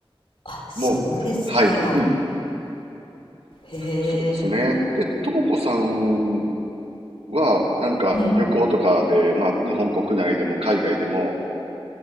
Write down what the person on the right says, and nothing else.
もう、はい、うん。
そうですね。で、ともこさんは、なんか旅行とかで、
まあ、日本国内でも海外でも